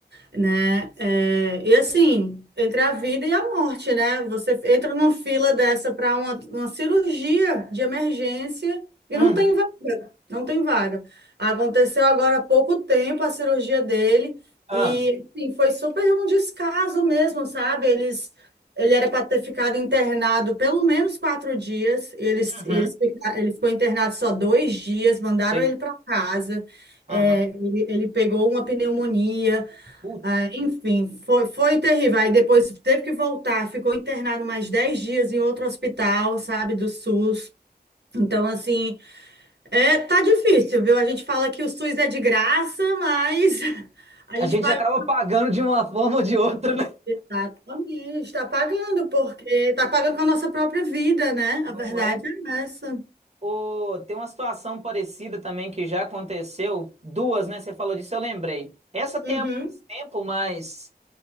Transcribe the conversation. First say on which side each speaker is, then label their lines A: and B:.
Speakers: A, on the right; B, on the right.
A: né? É, e assim, entre a vida e a morte, né? Você entra numa fila dessa para uma, uma cirurgia de emergência e
B: uhum,
A: não tem vaga, não tem vaga. Aconteceu agora há pouco tempo a cirurgia dele
B: ah,
A: e assim, foi super um descaso mesmo, sabe? Eles Ele era para ter ficado internado pelo menos quatro dias. Eles,
B: uhum,
A: eles, fica- ele ficou internado só dois dias, mandaram
B: ei,
A: ele para casa.
B: aham,
A: É, ele, ele pegou uma pneumonia.
B: putz.
A: Ah, enfim, foi, foi terrível. Aí depois teve que voltar, ficou internado mais 10 dias em outro hospital, sabe, do SUS. Então, assim, é, tá difícil, viu? A gente fala que o SUS é de graça, mas <laughs> a
B: A
A: gente
B: gente
A: paga.
B: acaba pagando de uma forma ou de outra, né?
A: Tá, também, está pagando, porque está pagando com a nossa própria vida, né?
B: Não
A: A verdade
B: é?
A: é essa.
B: Ô, tem uma situação parecida também que já aconteceu. Duas, né? Você falou disso, eu lembrei. Essa tem
A: Uhum.
B: há mais tempo, mas